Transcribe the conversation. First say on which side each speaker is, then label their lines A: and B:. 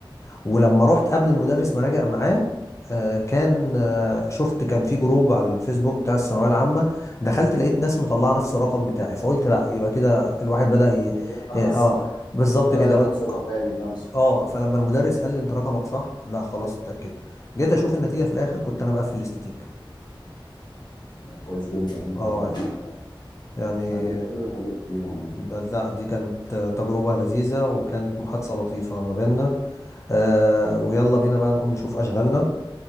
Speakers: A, on the left; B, on the left.
A: ولما رحت قبل المدرس ما راجع معاه آه، كان آه، شفت كان في جروب على الفيسبوك بتاع الثانويه العامه دخلت لقيت ناس مطلعه نفس الرقم بتاعي فقلت لا يبقى كده الواحد بدأ ي...
B: كده انا
A: اه
B: الصح
A: آه، بالظبط
B: بدأ
A: كده
B: ياخد ثقة تاني في نفسه
A: اه فلما المدرس قال لي انت رقمك صح لا خلاص اتاكد جيت اشوف النتيجه في الاخر كنت انا مقفل الاستاتيك
B: كويس جدا
A: اه
B: طبعا انت
A: يعني
B: عديت كل الحدود ليهم يعني
A: لا دي كانت تجربه لذيذه وكانت محادثه لطيفه ما بيننا آه ويلا بينا بقى نقوم نشوف اشغالنا